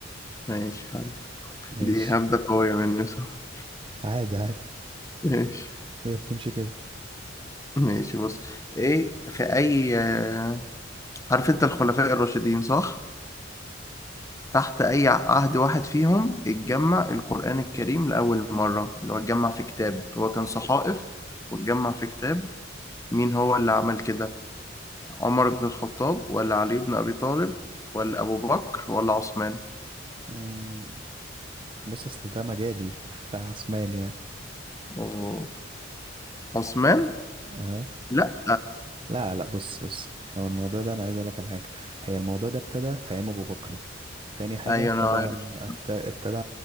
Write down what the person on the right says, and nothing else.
ماشي
عادي عادي
هي بتمشي كده
اه بص اصل ده مجالي فعثمان يعني
اه
لا لا بص بص هو الموضوع ده انا عايز اقول لك على حاجه هي الموضوع ده ابتدى في ايام ابو بكر تاني حاجه
ابتدى
عن... ابت- ابتدى